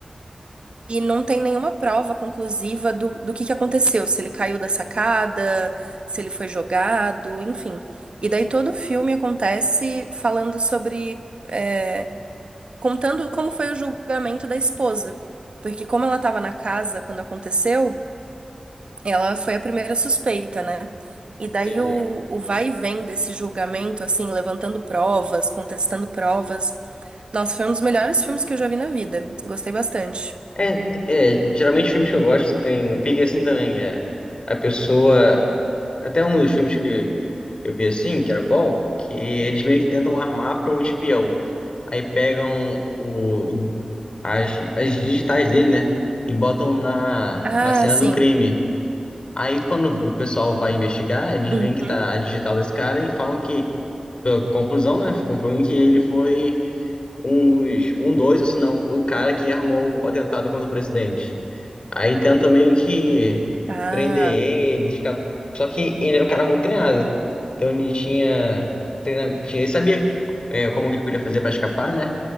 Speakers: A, on the right (about 60°); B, on the left (about 50°).
A: E não tem nenhuma prova conclusiva do, do que que aconteceu, se ele caiu da sacada, se ele foi jogado, enfim. E daí todo o filme acontece falando sobre, é, contando como foi o julgamento da esposa. Porque como ela estava na casa quando aconteceu, ela foi a primeira suspeita, né? E daí
B: Entendi.
A: o, o vai e vem desse julgamento, assim, levantando provas, contestando provas. Nossa, foi um dos melhores filmes que eu já vi na vida. Gostei bastante.
B: É, é, geralmente filmes que eu gosto tem um pique assim também, é a pessoa, até um dos filmes que Eu vi assim, que era bom, que eles meio que tentam armar para um espião. Aí pegam o, as, as digitais dele, né? E botam na,
A: Ah,
B: na cena
A: sim.
B: do crime. Aí quando o pessoal vai investigar, eles
A: Uhum.
B: veem que tá a digital desse cara e falam que, pela conclusão, né? Concluem que ele foi um dos, um dos, ou se não, o cara que armou o atentado contra o presidente. Aí tenta meio que
A: Ah,
B: prender ele, ficar... Só que ele era um cara muito treinado. Então ele tinha... treina- tinha... Ele sabia é, como que ele podia fazer pra escapar, né?